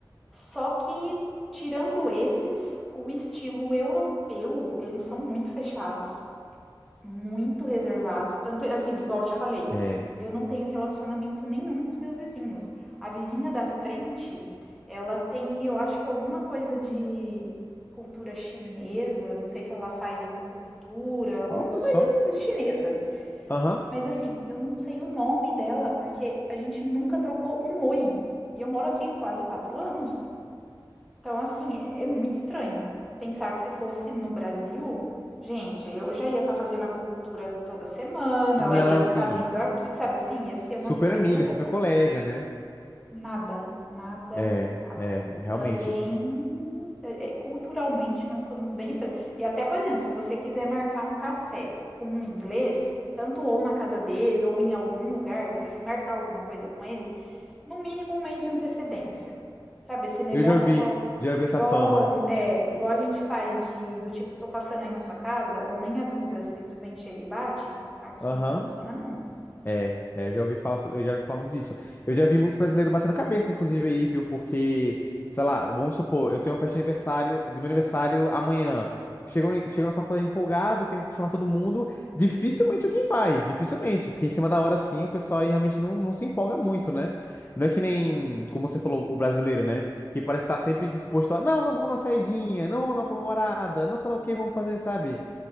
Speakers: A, in the centre; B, on the left.
A: Só que, tirando esses, o estilo europeu, eles são muito fechados, muito reservados. Tanto, assim, igual eu te falei,
B: É.
A: eu não tenho relacionamento nenhum com os meus vizinhos. A vizinha da frente, ela tem, eu acho que alguma coisa de cultura chinesa, não sei se ela faz acupuntura, alguma
B: Olha
A: coisa
B: só.
A: chinesa.
B: Aham.
A: Mas assim, eu não sei o nome dela, porque a gente nunca trocou um oi. E eu moro aqui quase quatro anos. Então, assim, é muito estranho pensar que se fosse no Brasil, gente, eu já ia estar fazendo acupuntura toda semana,
B: Não,
A: ela ia
B: sim.
A: estar vindo aqui, sabe assim, ia ser
B: Super
A: uma coisa
B: amiga, super colega, né?
A: nada, nada,
B: É,
A: nada.
B: é, é, realmente.
A: Então é bem. é- é- culturalmente nós somos bem estranhos. E até, por exemplo, se você quiser marcar um café com um inglês, tanto ou na casa dele ou em algum lugar, mas assim, marcar alguma coisa com ele no mínimo um mês de antecedência. Sabe, esse negócio
B: Eu já ouvi,
A: igual
B: já ouvi essa
A: igual
B: fama.
A: é, igual a gente faz de do tipo tô passando aí na sua casa ou nem avisa, simplesmente chega e bate, aqui
B: Aham.
A: não funciona não.
B: É, é, eu já ouvi falar, so- eu já ouvi falar muito disso. Eu já vi muito brasileiro batendo cabeça, inclusive, aí, viu? Porque, sei lá, vamos supor, eu tenho uma festa de aniversário, do meu aniversário amanhã. Chego, em- chego na faculdade empolgado, querendo chamar todo mundo. Dificilmente alguém vai, dificilmente. Porque em cima da hora, sim, o pessoal aí realmente não, não se empolga muito, né? Não é que nem, como você falou, o brasileiro, né? Que parece estar sempre disposto a, não, não vamos na saidinha, não vamos na comemorada, não sei lá o que vamos fazer, sabe?